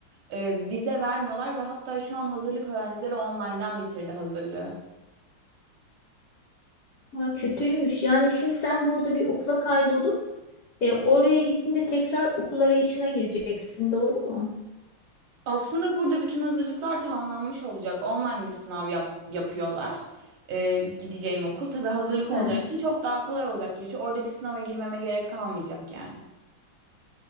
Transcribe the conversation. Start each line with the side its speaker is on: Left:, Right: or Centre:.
Right: e, vize vermiyorlar ve hatta şu an hazırlık öğrencileri online'dan bitirdi hazırlığı.
Left: Ha, kötüymüş. Yani şimdi sen burada bir okula kaydolup e, oraya gittiğinde tekrar okul arayışına gireceksin, doğru mu?
Right: Aslında burada bütün hazırlıklar tamamlanmış olacak. Online bir sınav yap- yapıyorlar. Ee, gideceğim okul. Tabii hazırlık olacağı
Left: He.
Right: için çok daha kolay olacak girişi. Orada bir sınava girmeme gerek kalmayacak yani.